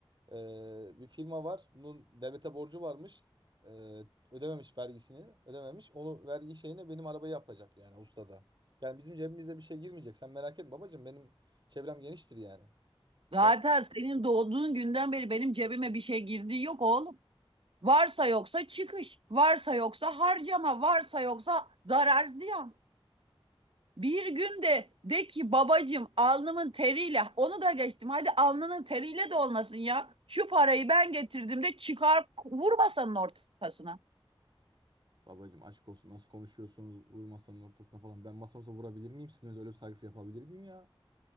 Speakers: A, on the right; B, on the right.
A: Ee, bir firma var. Bunun devlete borcu varmış. Ee, ödememiş vergisini. Ödememiş. Onu vergi şeyine benim arabayı yapacak yani ustada. Yani bizim cebimizde bir şey girmeyecek. Sen merak etme babacığım. Benim çevrem geniştir yani.
B: Zaten
A: Sen
B: senin doğduğun günden beri benim cebime bir şey girdiği yok oğlum. Varsa yoksa çıkış, varsa yoksa harcama, varsa yoksa zarar ziyan. Bir gün de de ki babacığım alnımın teriyle onu da geçtim. Hadi alnının teriyle de olmasın ya. Şu parayı ben getirdim de çıkar vurmasanın ortasına.
A: babacım aşk olsun nasıl konuşuyorsunuz vur masanın ortasına falan. Ben masamıza vurabilir miyim? Sizin öyle bir saygısı yapabilir miyim ya?